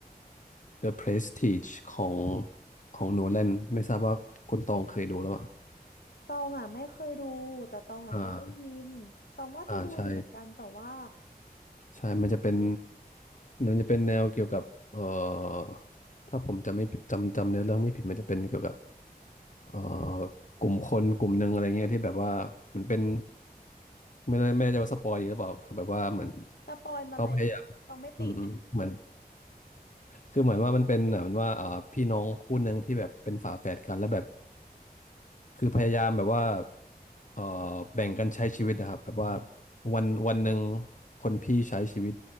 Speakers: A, on the left; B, on the left.
A: The Prestige ของของโนแลนไม่ทราบว่าคุณตองเคยดูหรือเปล่า
B: ตองอ่ะไม่เคยดูแต่ตองอ่ะเคยได้ยินตองว่าจะดูอยู่เหมือนกันแต่ว่า
A: อ่าอ่าใช่ใช่มันจะเป็นมันจะเป็นแนวเกี่ยวกับเอ่อถ้าผมจำไม่ผิดจำจำเนื้อเรื่องไม่ผิดมันจะเป็นเกี่ยวกับเอ่อกลุ่มคนกลุ่มหนึ่งอะไรเงี้ยที่แบบว่ามันเป็นไม่แน่ไม่แน่ใจว่าสปอยดีหรือเปล่าคือแบบว่าเหมือน
B: สปอยมาเลย
A: เขาพยายาม
B: ตองไม่ติด
A: อืมอืมเหมือน คือเหมือนว่ามันเป็นเหมือนว่าเอ่อพี่น้องคู่หนึ่งที่แบบเป็นฝาแฝดกันแล้วแบบคือพยายามแบบว่าเอ่อแบ่งกันใช้ชีวิตนะครับแบบว่าวันวันหนึ่งคนพี่ใช้ชีวิต